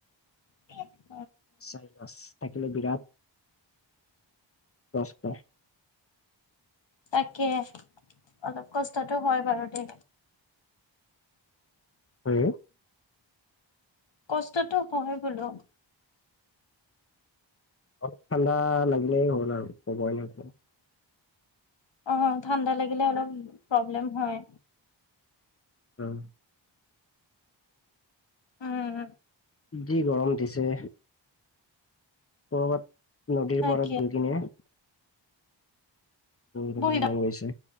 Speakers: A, on the left; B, on the left.
A: স <inaudible>
B: চাইনাচ বিৰাট কষ্ট
A: তাকে অলপ কষ্টটো হয় বাৰু দে
B: হম
A: কষ্টটো হয় বোলো
B: অলপ ঠাণ্ডা লাগিলেই হল আৰু হৈ যায় ন
A: অ ঠাণ্ডা লাগিলে অলপ প্ৰব্লেম হয়
B: উম
A: উম
B: যি গৰম দিছে। ক'বাত নদীৰ
A: তাকে
B: পাৰাত গৈ কিনে। থাকিব
A: বহি দ
B: মন গৈছে।